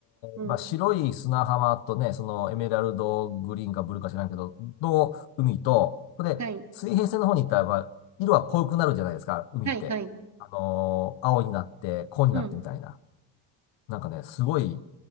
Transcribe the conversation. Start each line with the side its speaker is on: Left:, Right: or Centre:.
Right: うん
Left: まあ、白い砂浜とね、そのエメラルドグリーンかブルーか知らんけど、の海と、これ、
Right: はい、
Left: 水平線の方に行ったら、まあ、色は濃くなるじゃないですか、海って。
Right: はい、はい。
Left: あのー青になって、紺になってみたいな。
Right: うん、
Left: なんかね、すごい、